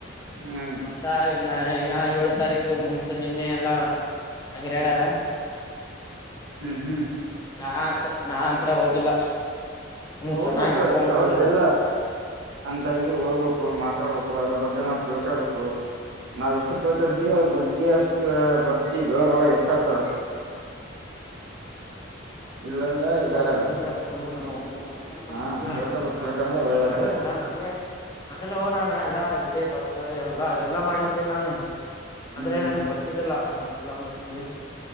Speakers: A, on the right (about 80°); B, on the left (about 20°).
A: ಹ್ಮ್
B: ಮತ್ತಾ ಇ ನ ಏಳ ತಾರೀಕು ಮುಗತು ನಿನ್ನೆ ಎಲ್ಲಾ ಹಗ್ರ್ಯಾಡಾರ
A: ಹ್ಮ್ ಹ್ಮ್
B: ನಾ ಅಂತ ನಾ ಅಂತ್ರ ಹೋಗಿಲ್ಲ ಹ್ಮ
A: ಹೋಗ್ಬೇಕು
B: ಚೆನ್ನಾಗಿ ಮಕ್ಕೊಂಬಿಟ್ಟಿದ್ದ
A: ಯಾವ
B: ನಾನು
A: ಎಲ್ಲ ಅಂತಲ್ಲಿ ಹೋಗ್ಬೇಕು <unintelligible> ಳ್ಬೇಕು ಅದ್ರ ಬಗ್ಗೆ ನಾವು ತಿಳ್ಕೊಬೇಕು ನಾವ ಎಷ್ಟು ತಿಳ್ಕೊಂತೀವಿ ಅದ್ರ ಬಗ್ಗೆ ಅಷ್ಟ ಭಕ್ತಿ ಗೌರವ ಹೆಚ್ಚಾತದ ಇಲ್ಲಾಂದ್ರ ಇದಾಗಲ್ಲ
B: ನಗ ಇಲ್ಲ <unintelligible>
A: ಹಾ ತಿಳ್ಕೊಬೇಕ್ ತಿಳ್ಕಂದ್ರೆ ಒಳ್ಳೇದು
B: ಮೊದ್ಲೆ ಮೊದ್ಲು ನಾನು ಎಲ್ಲಾ ಇದೆ ಬಸ್ ಎಲ್ಲ ಅಲ್ಲಾ ಎಲ್ಲಾ ಮಾಡಿದ್ದೆ ನಾನು ಆದ್ರೆ
A: ಹ್ಮ್ ಹ್ಮ್
B: ನನಗ್ ಗೊತ್ತಿದ್ದಿಲ್ಲ ನಮಗ್ ಎಲ್ಲ ಬಗ್ಗೆ